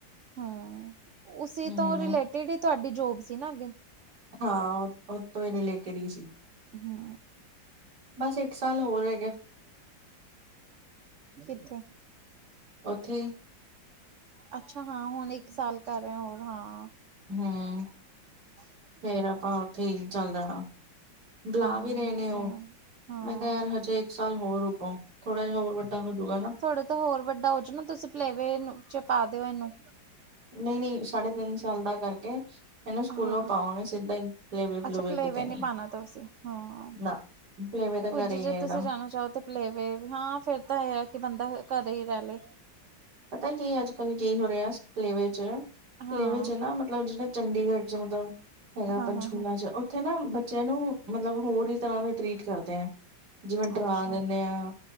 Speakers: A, on the right; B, on the right.
A: ਹਾਂ, ਉਸੀ
B: ਹਮ
A: ਤੋਂ ਰਿਲੇਟਿਡ ਹੀ ਤੁਹਾਡੀ ਜੋਬ ਸੀ ਨਾ ਅੱਗੇ
B: ਹਾਂ, ਉਹ ਤੋਂ ਹੀ ਰਿਲੇਟਿਡ ਹੀ ਸੀ
A: ਹਾਂ
B: ਬਸ ਇੱਕ ਸਾਲ ਹੋਰ ਹੈ
A: ਕਿਥੇ
B: ਉੱਥੇ ਹੀ
A: ਅੱਛਾ ਹਾਂ, ਹੁਣ ਇੱਕ ਸਾਲ ਕਰ ਰਿਹਾ ਹੋਰ ਹਾਂ
B: ਹੂ, ਫੇਰ ਆਪਾਂ ਉੱਥੇ ਹੀ ਚੱਲ ਜਾਣਾ ਬੁਲਾ
A: ਹੂੰ
B: ਵੀ ਰਹੇ ਨੇ
A: ਸਹੀ
B: ਉਹ,
A: ਹਾਂ
B: ਮੈਂ ਕਿਹਾ ਯਾਰ ਹਜੇ ਇੱਕ ਸਾਲ ਹੋਰ ਰੁਕੋ। ਥੋੜਾ ਜਹਾ ਹੋਰ, ਵੱਡਾ ਹੋਜੂਗਾ ਨਾ।
A: ਥੋੜਾ ਤਾਂ ਹੋਰ ਵੱਡਾ ਹੋ ਜਾ ਨਾ, ਤੁਸੀਂ ਪਲੇਵੇ ਚ ਪਾ ਦਿਓ ਇਹਨੂੰ
B: ਨਹੀਂ ਨਹੀਂ, ਸਾਢੇ ਤਿੰਨ ਸਾਲ ਦਾ ਕਰਕੇ ਇਹਨੂੰ ਸਕੂਲੋਂ
A: ਹਾਂ
B: ਪਾਵਾਂਗੇ ਸਿੱਧਾ ਹੀ, ਪਲੇ ਵੇ ਪਲੂਵੇ
A: ਅੱਛਾ ਪਲੇਵੇ
B: ਕਿਤੇ ਨੀ
A: ਪਾਣਾ ਤੁਸੀਂ ਹਾਂ
B: ਨਾ ਪਲੇਵੇ ਤਾਂ
A: ਉਝ
B: ਘਰੇ
A: ਜੇ
B: ਹੀ ਹੈ,
A: ਤੁਸੀਂ
B: ਐਦਾ
A: ਜਾਣਾ ਚਾਹੋ ਤੇ ਪਲੇਵੇ ਹਾਂ ਫਿਰ ਤਾਂ ਇਹ ਹੈ ਕਿ ਬੰਦਾ ਘਰੇ ਹੀ ਰਹਿ ਲਏ।
B: ਪਤਾ ਕੀ ਅੱਜ ਕੱਲ੍ਹ ਕੀ ਹੋ ਰਿਹਾ ਕਲੇਵੇ ਚ ਕਲੇਵੇ
A: ਹਾਂ
B: ਚ ਨਾ ਮਤਲਬ ਜਿਹੜਾ ਚੰਡੀਗੜ੍ਹ ਚ ਔਦਾ ਮਤਲਬ ਹੈਗਾ,
A: ਹਾਂ
B: ਪੰਚਕੁੱਲਾ
A: ਹਾਂ ਹਾਂ
B: ਚ ਥੇ ਨਾ ਬੱਚਿਆਂ ਨੂੰ ਮਤਲਬ ਹੋਰ ਹੀ ਤਰ੍ਹਾਂ ਦੇ ਟਰੀਟ ਕਰਦੇ ਆ। ਜਿਵੇਂ ਡਰਾ
A: ਅੱਛਾ
B: ਦਿੰਨੇ ਆ,